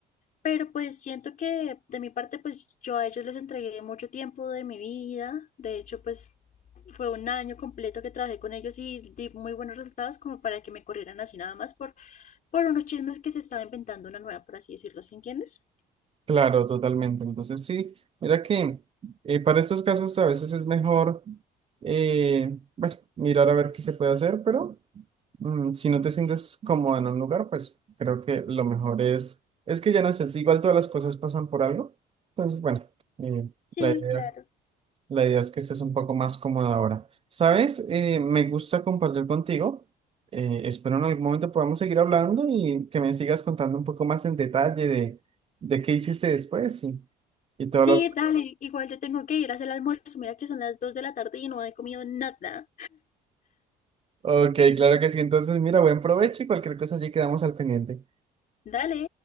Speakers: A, on the left; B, on the right.
A: Pero pues siento que de mi parte, pues yo a ellos les entregué mucho tiempo de mi vida. De hecho, pues fue un año completo que trabajé con ellos y di muy buenos resultados como para que me corrieran así nada más por, por unos chismes que se estaba inventando una nueva, por así decirlo, ¿sí entiendes?
B: claro, totalmente? Entonces sí, mira que eh, para estos casos a veces es mejor, eh, bueno, mirar a ver qué se puede hacer, pero... Mm, Si no te sientes cómodo en un lugar, pues creo que lo mejor es, es que ya no sé, si igual todas las cosas pasan por algo. Entonces, bueno, eh,
A: Sí,
B: la idea,
A: claro.
B: la idea es que estés un poco más cómodo ahora. ¿Sabes? Eh, me gusta compartir contigo. Eh, espero en algún momento podamos seguir hablando y que me sigas contando un poco más en detalle de, de qué hiciste después y, y todo
A: Sí,
B: lo...
A: dale, igual yo tengo que ir a hacer el almuerzo. Mira que son las 2 de la tarde y no he comido nada.
B: Ok, claro que sí. Entonces, mira, buen provecho y cualquier cosa allí quedamos al pendiente.
A: Dale.